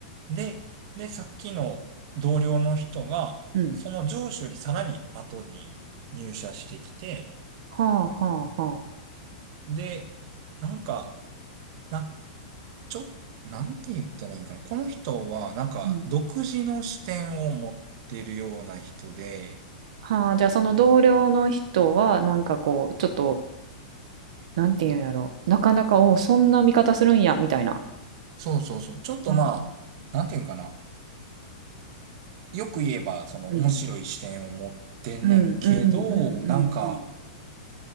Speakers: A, on the right (about 45°); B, on the right (about 60°).
A: う。で、で、さっきの同僚の人が、
B: うん。
A: その上司よりさらに後に入社してきて、
B: はあ、はあ、はあ。
A: で、なんか、なちょっ、なんて言ったらいいんかな。この人は、なんか、
B: うん。
A: 独自の視点を持ってるような人で、
B: はあ、じゃあその同僚の人は、なんかこう、ちょっと、なんていうんやろ。なかなか、おうそんな見方するんや、みたいな。
A: そうそうそう。ちょっとまあ、
B: うん、
A: なんて言うんかな。よく言えば、その面白い視点を持ってんねんけど、
B: うん、うん、うん、うん、うん。
A: なんか、
B: うん